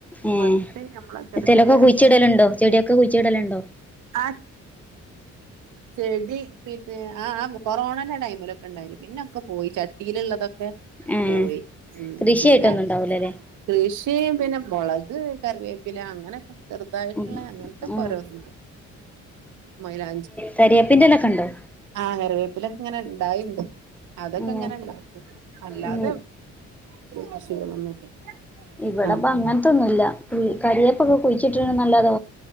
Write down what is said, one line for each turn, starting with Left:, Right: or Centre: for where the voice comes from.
Centre: ഏഹ്
Right: കൊറ്ച്ച് നമ്മള ചെറ്യേ
Centre: എന്തേലൊക്കെ കുഴിച്ചിടലുണ്ടോ
Right: ചെറ്യേ
Centre: ചെടിയൊക്കെ കുഴിച്ചിടലുണ്ടോ
Right: ആ ചെടി പിന്നെ ആ ആ കൊറോണന്റെ ടൈമിലൊ ഉണ്ടായിനി പിന്നൊക്കെ പോയി ചട്ടീലുള്ളതൊക്കെ
Centre: ഏഹ്
Right: പോയി മ്
Centre: കൃഷിയായിട്ടൊന്നും
Right: പിന്നെ
Centre: ഉണ്ടാവൂലല്ലേ
Right: കൃഷിയും പിന്നെ മൊളക് കറിവേപ്പില അങ്ങനൊക്കെ ചെറുതായിട്ടുള്ള
Centre: ഉം
Right: അങ്ങത്തൊക്കെ
Centre: ഉം
Right: ഓരോന്ന്ണ്ട് മായ്ലാ
Centre: കര്യേപ്പിലൻ്റെലൊക്കെണ്ടോ
Right: ആഹ് കറിവേപ്പിലൊക്കെങ്ങനെ ണ്ടാവ്ണ്ട് അതൊക്കെങ്ങനെ
Centre: ഉം
Right: ണ്ടാക്കും അല്ലാതെ
Centre: ഉം
Right: <unintelligible>
Centre: ഇവിടെപ്പം
Right: ആഹ്
Centre: അങ്ങന് ത്തൊന്നും ഇല്ല കരിയേപ്പൊക്കെ കുഴിച്ചിട്ട്ണ്ന്നെല്ലാതെ